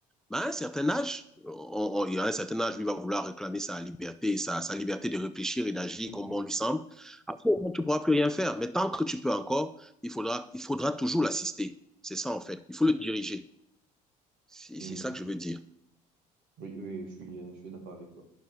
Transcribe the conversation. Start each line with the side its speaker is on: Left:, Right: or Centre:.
Centre: Mais à un certain âge, on, on- il y a un certain âge, lui va vouloir réclamer sa liberté, sa, sa liberté de réfléchir et d'agir
Right: Mhm.
Centre: comme bon lui semble. Après, au moins, tu ne pourras plus rien faire. Mais tant que tu peux encore, il faudra, il faudra toujours l'assister. C'est ça, en fait. Il faut le diriger. C'est
Right: Mhm.
Centre: c'est ça que je veux dire.
Right: Oui, oui, je suis, euh, je suis d'accord avec toi.